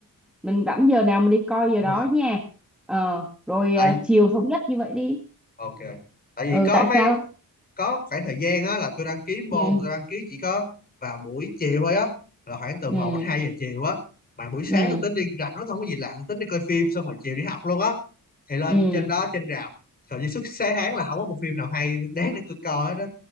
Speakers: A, in the centre; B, on the left.
A: mình rảnh giờ nào mình đi coi giờ
B: đúng
A: đó
B: rồi
A: nha. Ờ, rồi
B: Ấy,
A: à, chiều thống nhất như vậy đi.
B: ok tại vì
A: Ừ,
B: có
A: tại
B: mấy
A: sao?
B: có khoảng thời gian á là tôi đăng ký môn
A: Ừ,
B: mà tôi đăng ký chỉ có vào buổi chiều thôi á là khoảng từ
A: ừ,
B: một đến 2 giờ chiều á mà buổi sáng
A: ừ,
B: tôi tính đi rảnh nó không có gì làm tôi tính đi coi phim xong rồi chiều đi học luôn á thì lên
A: ừ.
B: trên đó trên rạp thời gian suốt sáng tháng là không có một phim nào hay đáng để tôi coi hết đó